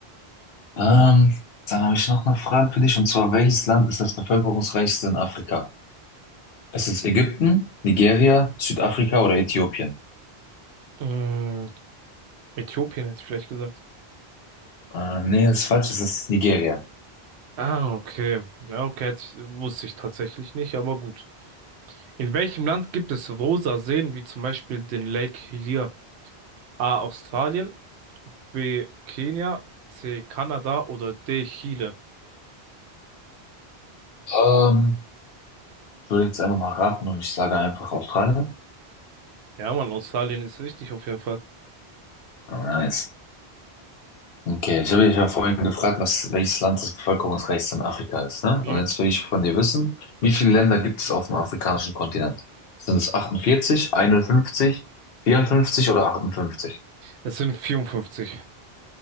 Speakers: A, on the left (about 70°); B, on the right (about 90°).
A: Ähm, dann habe ich noch eine Frage für dich, und zwar, welches Land ist das bevölkerungsreichste in Afrika? Es ist Ägypten, Nigeria, Südafrika oder Äthiopien?
B: Mm, Äthiopien hätte ich vielleicht gesagt.
A: Äh, nee, das ist falsch, es ist Nigeria.
B: Ah, okay. Ja, okay, hätte ich, wusste ich tatsächlich nicht, aber gut. In welchem Land gibt es rosa Seen, wie zum Beispiel den Lake Hillier? A. Australien, B. Kenia, C. Kanada oder D. Chile?
A: Ähm, ich würde jetzt einfach mal raten und ich sage einfach Australien.
B: Ja, Mann, Australien ist richtig auf jeden Fall.
A: Ah, Nice. Okay, ich habe dich ja vorhin gefragt, was, welches Land das bevölkerungsreichste in Afrika ist, ne?
B: Mhm.
A: Und jetzt will ich von dir wissen, wie viele Länder gibt es auf dem afrikanischen Kontinent? Sind es 48, 51, 54 oder 58?
B: Es sind 54.